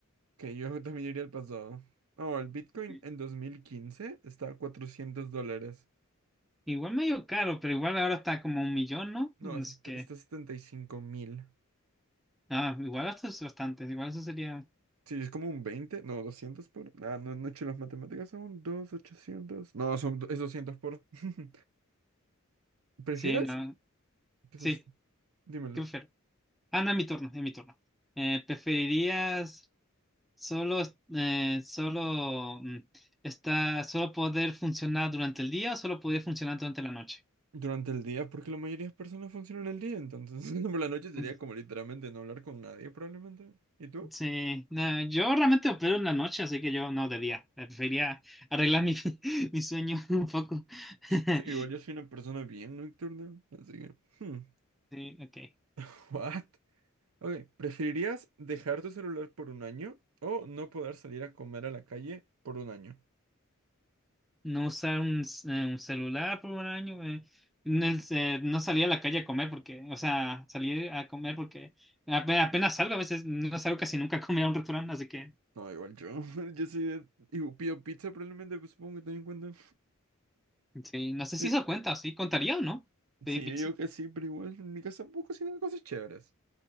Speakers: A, on the right; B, in the centre.
A: Que yo <laughs> también iría al pasado. Oh, el bitcoin
B: Sí.
A: en 2015 está a 400 dólares.
B: Igual medio caro, pero igual ahora está como un millón, ¿no?
A: No, es-
B: Así que,
A: está a setenta y cinco mil.
B: ah, igual esto es bastante, igual eso sería,
A: Sí, es como un veinte No, 200 por... Ah, no, no he hecho las matemáticas aún. dos ochocientos No, son, es 200 por... <laughs> ¿Prefieres?
B: sí, no,
A: Quizás,
B: sí,
A: dímelo.
B: qué prefiero. Ah, no, es mi turno, es mi turno. Eh, ¿preferirías Solo, eh, solo mm, está, solo poder funcionar durante el día o solo poder funcionar durante la noche.
A: Durante el día, porque la mayoría de personas funcionan el día, entonces <laughs> por la noche sería
B: Mm,
A: como literalmente no hablar con nadie probablemente. ¿Y tú?
B: Sí, no, yo realmente opero en la noche, así que yo no de día. Eh, Prefería arreglar mi, <laughs> mi sueño <laughs> un poco. <laughs>
A: Sí, igual yo soy una persona bien nocturna, así que... hmm,
B: Sí, ok.
A: <laughs> what? Ok, ¿preferirías dejar tu celular por un año o no poder salir a comer a la calle por un año?
B: No usar un, c- eh, un celular por un año. eh. No, es, eh, no salí a la calle a comer porque, o sea, salí a comer porque ape- apenas salgo, a veces no salgo casi nunca a comer a un restaurante, así que
A: No, igual yo, <laughs> yo soy de... y pido pizza probablemente, pues, supongo que ten en cuenta.
B: Sí, no sé si
A: Y-
B: eso cuenta, sí, contaría o no. Sí,
A: Sí,
B: pizza.
A: yo que sí, pero igual en mi casa puedo cocinar cosas chéveres.